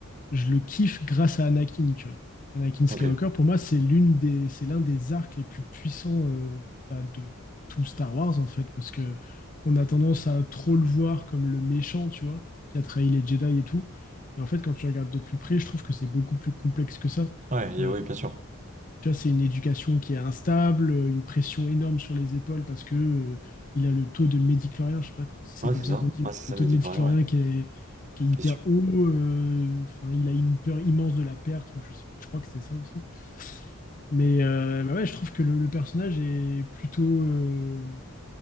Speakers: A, on the left; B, on the right.
A: je le kiffe grâce à Anakin, tu vois. Anakin
B: Ok.
A: Skywalker, pour moi, c'est l'une des, c'est l'un des arcs les plus puissants euh, bah, de tout Star Wars, en fait, parce que on a tendance à trop le voir comme le méchant, tu vois, qui a trahi les Jedi et tout. Mais en fait, quand tu regardes de plus près, je trouve que c'est beaucoup plus complexe que ça.
B: Ouais, y
A: Euh,
B: a- oui, bien sûr.
A: tu vois, c'est une éducation qui est instable, euh, une pression énorme sur les épaules parce que euh, il a le taux de médiclorien, je sais pas si c'est
B: Ouais,
A: comme
B: c'est
A: ça
B: ça.
A: qu'on dit,
B: Ouais,
A: mais
B: c'est ça,
A: le taux
B: mais
A: de
B: dis
A: médiclorien
B: plus rien, ouais.
A: qui est, qui est hyper
B: T'es sup.
A: haut. euh, Enfin, il a une peur immense de la perte, ou je, sais- je crois que c'était ça aussi. Mais euh, bah ouais, je trouve que le, le personnage est plutôt, euh,